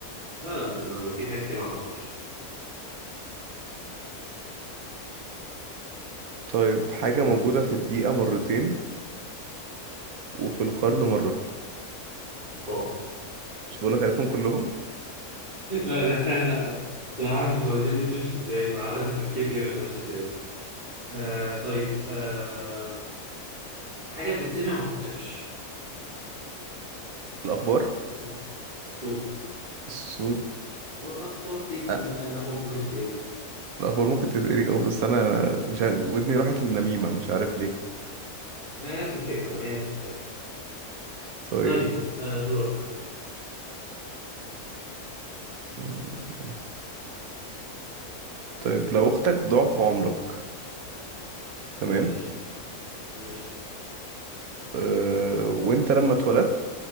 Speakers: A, on the right; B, on the right.
A: لا لا مش دول في حاجات كتير ما اعرفهاش
B: طيب حاجة
A: قول
B: موجودة
A: لي
B: في الدقيقة مرتين وفي القرن مرة
A: قاف <laughs>
B: مش بقولك عارفهم كلهم
A: لا لا لا انا عارف الفوازير دي بتمشي ازاي فعارف التفكير فيها بيبقى ماشي ازاي آه طيب آه حاجه بتتسمع وما بتتشافش
B: الأخبار
A: ستة الصوت
B: الصوت
A: والأخبار تكمل
B: أه.
A: لا الأخبار ممكن تتقري
B: الأخبار ممكن تتقري اه بس أنا مش عارف ودني راحت للنميمة مش عارف ليه
A: ما هي نفس الفكرة ما هي نفس الفكرة
B: طيب
A: طيب آه دورك
B: مم. طيب لو أختك ضعف عمرك تمام
A: ماشي ماشي
B: أه... وأنت لما اتولدت